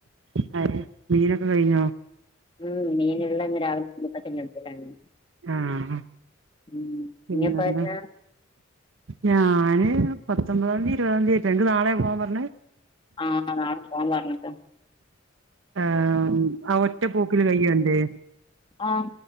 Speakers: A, on the right; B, on the left.
A: <unintelligible> മീനൊക്കെ കഴിഞ്ഞോ
B: ഉം മീന് രാവിലെ ഇനിപ്പോ <unintelligible>
A: ആഹ്
B: ഉം
A: പിന്നെന്താ
B: ഇനിയെപ്പൊ വരാ
A: ഞാന് പത്തൊമ്പതാംതീ ഇരുപതാം തീയതിയിട്ട എനിക്ക് നാളെ പോവാൻ പറഞ്ഞഞ്
B: ആഹ് നാട്ടു പോക പറഞ്ഞിട്ട
A: ആം ആഹ് ഒറ്റ പോക്കില് കയ്യോന്റ്
B: ആ